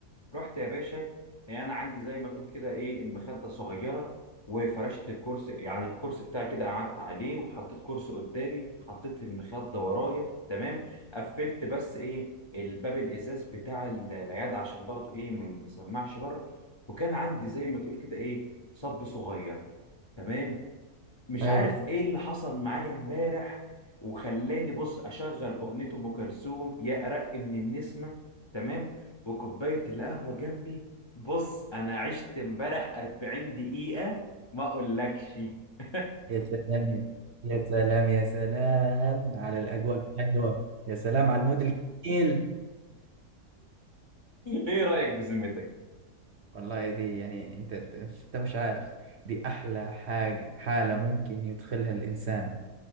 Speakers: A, on the left; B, on the right.
A: رحت يا باشا يعني انا عندي زي ما تقول كده ايه مخده صغيره وفرشت الكرسي يعني الكرسي بتاعي كده قعدت عليه وحطيت كرسي قدامي حطيت المخده ورايا تمام قفلت بس ايه الباب الازاز بتاع ال- العياده عشان برضو ايه ما يسمعش بره وكان عندي زي ما تقول كده ايه صب صغير تمام مش
B: حلو
A: عارف ايه اللي حصل معايا امبارح وخلاني بص اشغل اغنية ام كلثوم يا ارق من النسمة تمام وكوباية القهوة جنبي بص انا عشت امبارح 40 دقيقة ما اقولكش <laughs>
B: يا سلام يا سلام يا سلام على الأجواء الحلوة يا سلام على المود الجميل
A: ايه رأيك بذمتك
B: والله دي يعني أنت أنت أنت مش عارف دي أحلى حاجة حالة ممكن يدخلها الإنسان